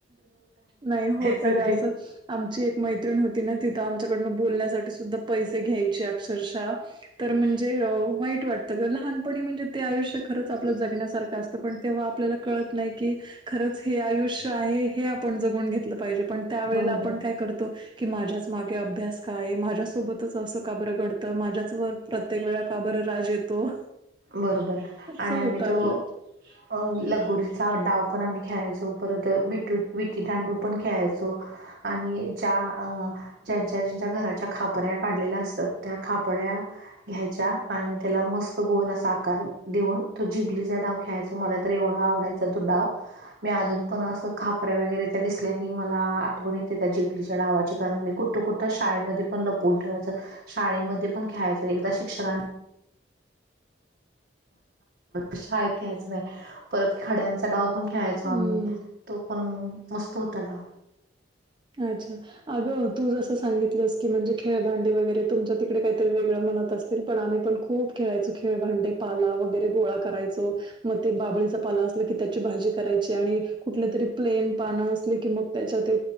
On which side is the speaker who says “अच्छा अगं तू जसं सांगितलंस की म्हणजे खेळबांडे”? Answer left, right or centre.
Right